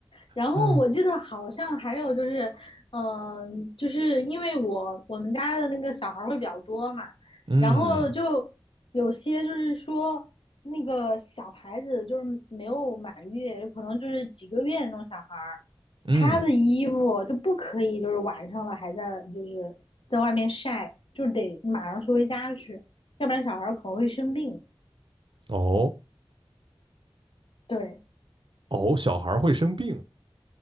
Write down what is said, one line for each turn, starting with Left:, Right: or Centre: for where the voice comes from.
Left: 然后我记得好像还有就是，
Right: 哎，
Left: 嗯、就是因为我我们家的那个小孩儿会比较多嘛，
Right: 嗯
Left: 然后就有些就是说那个小孩子就是没有满月，有可能就是几个月那种小孩儿，
Right: 嗯，
Left: 他的衣服就不可以就是晚上了还在就是在外面晒，就得马上收回家去，要不然小孩儿可能会生病。
Right: 哦。
Left: 对，
Right: 哦，小孩会生病，